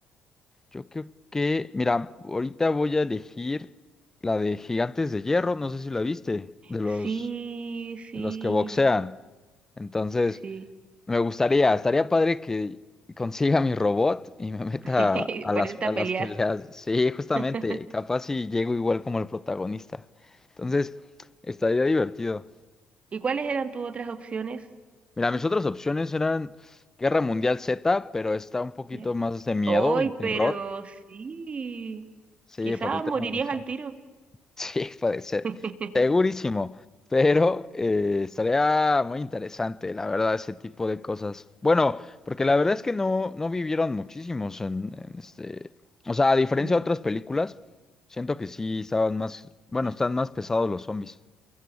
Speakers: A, on the left (about 15°); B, on the right (about 45°).
A: yo creo que, mira, ahorita voy a elegir la de Gigantes de Hierro, no sé si la viste, de los,
B: Sí, sí,
A: de los que boxean. Entonces,
B: sí.
A: Me gustaría, estaría padre que consiga mi robot y me meta
B: <laughs>
A: a las,
B: Ponerte
A: a
B: a
A: las
B: pelear.
A: peleas. Sí, justamente,
B: <laughs>
A: capaz si llego igual como el protagonista. Entonces, estaría divertido.
B: ¿Y cuáles eran tus otras opciones?
A: Mira, mis otras opciones eran Guerra Mundial Z, pero está un poquito
B: Ya.
A: más de miedo
B: Hoy,
A: y terror.
B: pero sí.
A: Sí,
B: Quizás
A: por el tema
B: morirías
A: de los zombies.
B: al tiro.
A: <laughs> Sí, puede ser.
B: <laughs>
A: Segurísimo. Pero eh, estaría muy interesante, la verdad, ese tipo de cosas. Bueno, porque la verdad es que no, no vivieron muchísimos en, en este. O sea, a diferencia
B: Mm.
A: de otras películas, siento que sí estaban más. Bueno,
B: Ya.
A: están más pesados los zombies.